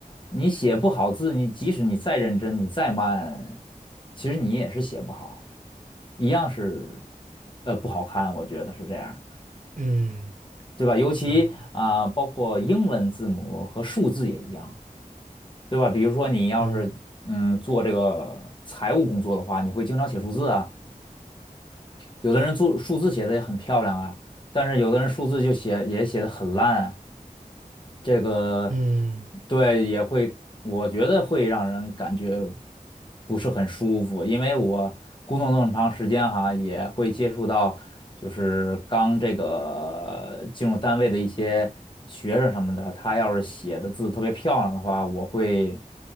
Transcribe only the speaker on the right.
嗯
嗯
嗯，
对。
嗯